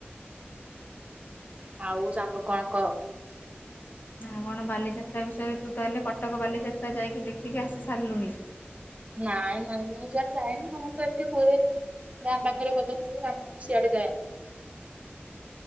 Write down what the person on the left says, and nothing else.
ନା କଣ ବାଲିଯାତ୍ରା ବିଷୟରେ ତୁ ତାହେଲେ କଟକ ବାଲିଯାତ୍ରା ଯାଇକି ଦେଖିକି ଆସି ସାରିଲୁଣି?